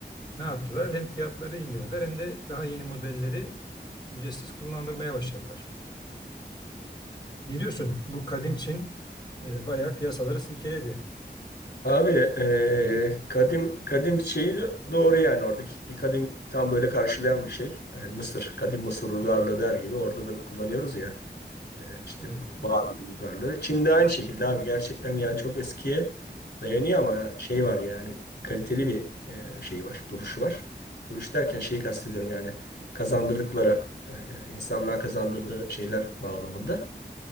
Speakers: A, on the left (about 25°); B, on the left (about 65°).
A: ne yaptılar? Hem fiyatları indirdiler hem de daha yeni modelleri ücretsiz kullandırmaya başladılar. Ne diyorsun? Bu kadim Çin e, bayağı piyasaları silkeledi.
B: Abi eee, kadim kadim şeyi de doğru yani oradaki kadim tam böyle karşılayan bir şey. Yani Mısır, kadim Mısır uygarlığı der gibi orada da kullanıyoruz ya. Eee, işte
A: Evet.
B: Babil uygarlığı. Çin'de aynı şekilde abi gerçekten yani çok eskiye dayanıyor ama şey var yani kaliteli bir eee, şey var, duruşu var. Duruş derken şeyi kastediyorum yani kazandırdıkları, eee, insanlığa kazandırdığı şeyler bağlamında.